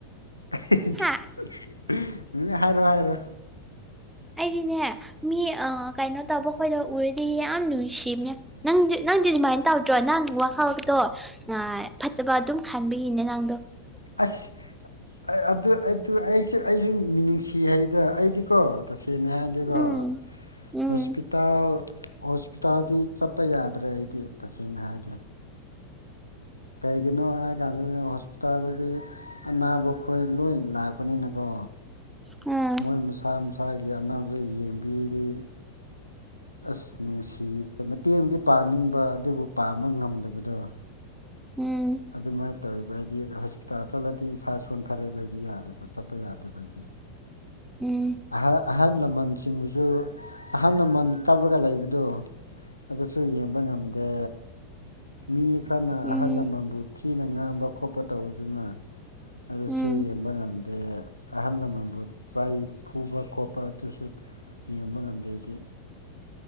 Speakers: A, on the left; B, in the centre.
A: <unintelligible>
B: ꯍꯥ
A: ꯎꯝ ꯍꯥꯏꯔꯣ ꯍꯥꯏꯔꯣ
B: ꯑꯩꯗꯤꯅꯦ ꯃꯤ ꯑ ꯀꯩꯅꯣ ꯇꯧꯕ ꯈꯣꯏꯗꯣ ꯎꯔꯗꯤ ꯌꯥꯝ ꯅꯨꯡꯁꯤꯕꯅꯦ꯫ ꯅꯪꯗꯤ ꯅꯪꯗꯤ ꯑꯗꯨꯃꯥꯏꯅ ꯇꯧꯗ꯭ꯔꯣ ꯅꯪ ꯋꯥꯈꯜꯗ ꯇꯣ ꯐꯠꯇꯕ ꯑꯗꯨꯝ ꯈꯟꯕꯒꯤꯅꯦ ꯅꯪꯗꯣ꯫
A: ꯑꯁ ꯑꯗꯨ ꯑꯗꯨ ꯑꯩꯖ ꯑꯩꯖꯨ ꯃꯤꯅꯨꯡꯁꯤ ꯍꯩꯗ ꯑꯩꯗꯤꯀꯣ ꯇꯁꯦꯡꯅ ꯍꯥꯏꯗꯤꯀꯣ
B: ꯎꯝ ꯎꯝ
A: ꯍꯣꯁꯄꯤ ꯏꯇꯥꯎ ꯍꯣꯁꯄꯤꯇꯥꯜꯗꯤ ꯆꯠꯄ ꯌꯥꯗ꯭ꯔꯦ ꯑꯩꯗꯤ ꯇꯁꯦꯡꯅ ꯍꯥꯏꯒꯦ꯫ ꯀꯩꯒꯤꯅꯣ ꯍꯥꯏ ꯀꯥꯟꯗ ꯍꯣꯁꯄꯤꯇꯥꯜꯗꯗꯤ ꯑꯅꯥꯕ ꯈꯣꯏ ꯂꯣꯏ ꯂꯥꯛꯄꯅꯤꯅꯀꯣ
B: ꯎꯝ
A: ꯃꯣꯏ ꯃꯁꯥ ꯁꯥꯢꯒꯤ ꯑꯅꯥꯕꯖꯨ ꯌꯦꯡꯕꯤꯔꯤ ꯑꯁ ꯅꯨꯡꯁꯤ ꯃꯇꯦꯡꯗꯤ ꯄꯥꯡꯅꯤꯡꯕ ꯑꯗꯨꯕꯨ ꯄꯥꯡꯕ ꯉꯝꯗꯕꯗꯣ꯫
B: ꯎꯝ
A: ꯑꯗꯨꯃꯥꯏꯅ ꯇꯧꯋꯦꯕ ꯑꯩꯗꯤ ꯍꯣꯁꯄꯤꯇꯥꯜ ꯆꯠꯂꯗꯤ ꯏꯁꯥ ꯁꯣꯟꯊꯔꯛꯏꯕ ꯑꯩꯗꯤ ꯌꯥꯗꯦꯕ ꯆꯠꯄ ꯌꯥꯗꯦꯕ ꯑꯩꯗꯤ꯫
B: ꯎꯝ
A: ꯑꯍ ꯑꯍꯟ ꯂꯃꯟꯁꯤꯡꯕꯨꯁꯨ ꯑꯍꯜ ꯂꯃꯟ ꯀꯥꯞꯂꯒ ꯂꯩꯕꯗꯣ꯫ ꯑꯗꯨꯁꯨ ꯌꯦꯡꯕ ꯉꯝꯗꯦ꯫ ꯃꯤ ꯈ꯭ꯔꯅ
B: ꯎꯝ
A: ꯑꯍꯜ ꯂꯃꯟꯕꯨ ꯊꯤꯅ ꯉꯥꯡꯕ ꯈꯣꯠꯄ ꯇꯧꯕꯗꯨꯅ ꯑꯗꯨꯁꯨ
B: ꯎꯝ
A: ꯌꯦꯡꯕ ꯉꯝꯗꯦ ꯑꯍꯜ ꯂꯃꯟꯕꯨ ꯆꯩꯥ ꯕ ꯈꯣꯠꯄ ꯑꯗꯨꯁꯨ ꯌꯦꯡꯕ ꯉꯝꯗꯦ ꯑꯩꯗꯤ